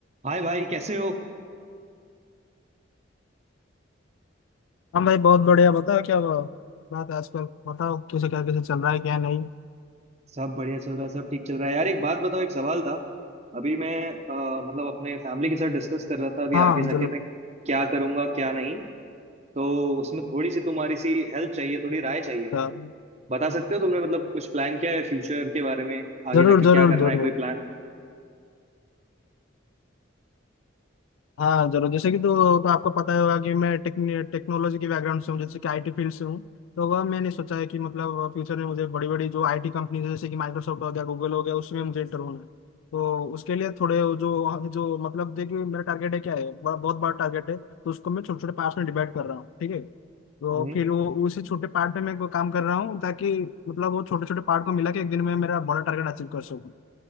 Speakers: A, on the right; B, on the left.
A: हाय भाई कैसे हो
B: हम भाई बहुत बढ़िया बताओ क्या हुआ? बात है आजकल बताओ किसे क्या कैसे चल रहा है क्या नहीं
A: सब बढ़िया चल रहा है सब ठीक चल रहा है यार एक बात बताओ एक सवाल था अभी मैं अ, मतलब अपने फैमिली के साथ डिस्कस कर रहा था अभी
B: हाँ
A: आगे जाके
B: जरूर
A: मैं क्या करूंगा क्या नहीं तो उसमें थोड़ी सी तुम्हारी सी हेल्प चाहिए थोड़ी राय चाहिए भाई
B: हाँ,
A: बता सकते हो तुमने मतलब कुछ प्लान किया है फ्यूचर के बारे में आगे
B: जरूर
A: जाके क्या
B: जरूर
A: करना
B: जरूर
A: है कोई प्लान
B: हाँ जरूर जैसे कि तो, तो आपको पता ही होगा कि मैं टेक्न, टेक्नोलॉजी के बैकग्राउंड से हूँ जैसे कि आईटी फील्ड से हूँ तो वह मैंने सोचा है कि मतलब फ्यूचर में मुझे बड़ी बड़ी जो आईटी कंपनीज है जैसे कि माइक्रोसॉफ्ट हो गया गूगल हो गया उसमें मुझे इंटर होना है तो उसके लिए थोड़े जो जो मतलब देखिए मेरा टारगेट है क्या है ब- बहुत बड़ा टारगेट है तो उसको मैं छोटे छोटे पार्ट्स में डिवाइड कर रहा हूँ ठीक है तो
A: हम्म
B: फिर वो उसी छोटे पार्ट में मैं काम कर रहा हूँ ताकि मतलब वो छोटे छोटे पार्ट को मिला के एक दिन में मेरा बड़ा टारगेट अचीव कर सकूँ